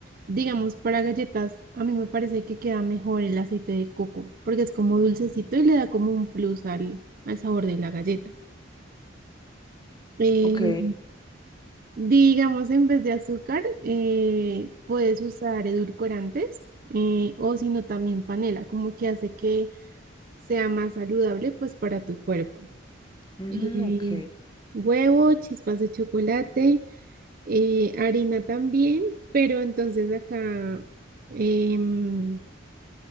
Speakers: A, on the right; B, on the left.
A: Digamos, para galletas, a mí me parece que queda mejor el aceite de coco, porque es como dulcecito y le da como un plus al, al sabor de la galleta. Eh,
B: ok,
A: digamos, en vez de azúcar, eh, puedes usar edulcorantes eh, o si no, también panela, como que hace que sea más saludable pues para tu cuerpo.
B: mm,
A: Eh,
B: ok.
A: huevo, chispas de chocolate. eh, harina también, pero entonces acá em,